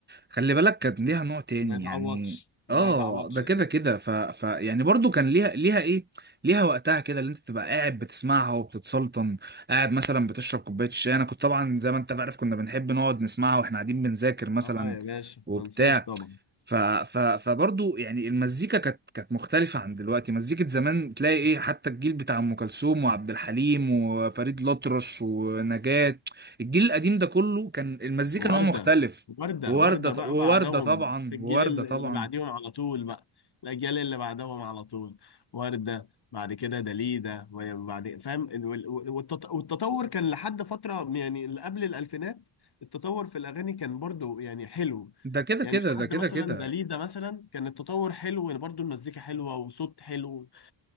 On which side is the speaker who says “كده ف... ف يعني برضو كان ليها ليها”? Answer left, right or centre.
Right